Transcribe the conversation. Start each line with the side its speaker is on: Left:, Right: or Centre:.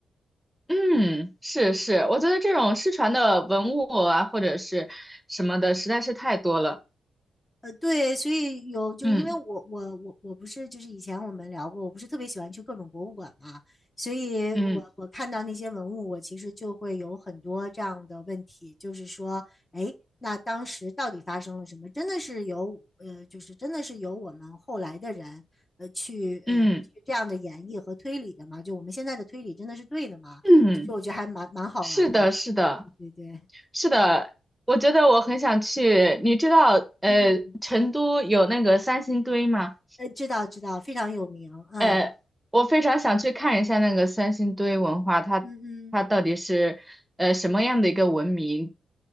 Centre: 嗯，是是，我觉得这种失传的文物啊，或者是什么的，实在是太多了。
Left: 呃，对，所以有就是因为我我我我不是就是以前我们聊过，
Centre: 嗯
Left: 我不是特别喜欢去各种博物馆嘛，所以我我看到那些文物，
Centre: 嗯
Left: 我其实就会有很多这样的问题，就是说，哎，那当时到底发生了什么？真的是有呃，就是真的是有我们后来的人呃去呃去这样的演绎和推理的吗？
Centre: 嗯
Left: 就我们现在的推理真的是对的吗？
Centre: 嗯，
Left: 其实我觉得还蛮蛮好玩的，
Centre: 是的，是的，
Left: 对对对，
Centre: 是的。我觉得我很想去，你知道，呃，
Left: 嗯，
Centre: 成都有那个三星堆吗？
Left: 呃，知道知道，非常有名，嗯
Centre: 呃，我非常想去看一下那个三星堆文化，它它到底是呃什么样的一个文明
Left: 嗯嗯。